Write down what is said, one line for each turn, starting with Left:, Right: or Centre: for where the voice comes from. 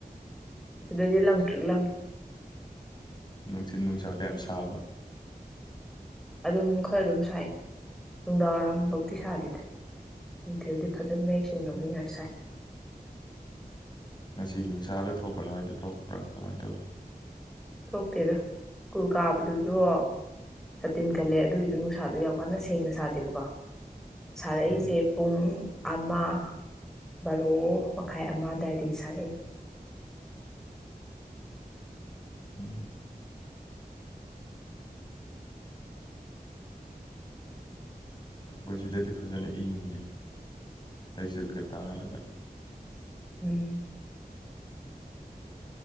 Centre: ꯁꯤꯗꯩꯗꯤ ꯂꯪ ꯇ꯭ꯔꯤꯛ ꯂꯪ
Left: ꯅꯨꯡꯊꯤꯟ ꯅꯨꯡꯁꯥ ꯀꯌꯥꯝ ꯁꯥꯕ
Centre: ꯑꯗꯨꯝ ꯈꯔ ꯑꯗꯨꯝ ꯁꯥꯏ ꯅꯨꯡꯗꯥꯡ ꯋꯥꯏꯔꯝꯐꯧꯇꯤ ꯁꯥꯗꯦꯗ ꯡꯊꯤꯜꯗꯤ ꯐꯖꯅ ꯃꯌꯦꯛ ꯁꯦꯡꯅꯕꯅꯤ ꯉꯥꯏꯍꯥꯛ ꯁꯥꯏ
Left: ꯉꯁꯤ ꯅꯨꯡꯁꯥꯗ ꯊꯣꯛꯄꯅꯣ ꯍꯥꯏꯗ ꯊꯣꯛꯄ꯭ꯔꯥ ꯀꯃꯥꯏꯅ ꯇꯧꯏꯤ
Centre: ꯊꯣꯛꯇꯦꯗ ꯁ꯭ꯀꯨꯜ ꯀꯥꯕꯗꯨꯁꯨ ꯁꯥꯇꯤꯟ ꯈꯜꯂꯦ ꯑꯗꯨꯒꯤꯁꯨ ꯅꯨꯡꯁꯥꯗꯣ ꯌꯥꯝ ꯀꯟꯅ ꯁꯦꯡꯅ ꯁꯥꯗꯦꯕꯀꯣ ꯁꯥꯔꯛꯏꯁꯦ
Left: ꯎꯝ
Centre: ꯄꯨꯡ ꯑꯃ ꯕꯥꯔꯣ ꯃꯈꯥꯏ ꯑꯃ ꯗꯥꯏꯗꯒꯤ ꯁꯥꯔꯏ
Left: ꯎꯝ ꯑꯩꯈꯣꯏ ꯁꯤꯗꯗꯤ ꯐꯖꯅ ꯏꯪꯉꯤꯅꯦ ꯂꯩꯆꯤꯜꯒ ꯇꯥꯔꯒ
Centre: ꯎꯝ